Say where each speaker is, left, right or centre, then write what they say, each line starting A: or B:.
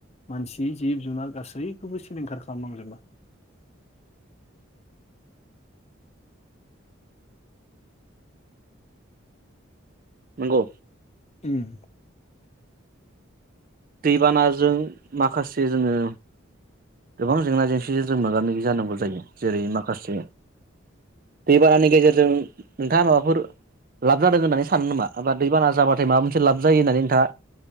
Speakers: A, on the left; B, on the right.
A: मानसि जिब जुनार गासै यैखौबो सिलिंखार खालामलांजोबो।
B: नंगौ।
A: उम।
B: दैबानाजों माखासे जोङो गोबां जेंना जेंसिजों जों मोगा मोगि जानांगौ जायो। जेरै माखासे दैबानानि गेजेरजों नोंथाङा माबाफोर लाब जादों होननानै सानो नोमा? दैबाना जाबाथाय माबा मोनसे लाब जायो होननानै नोंथाङा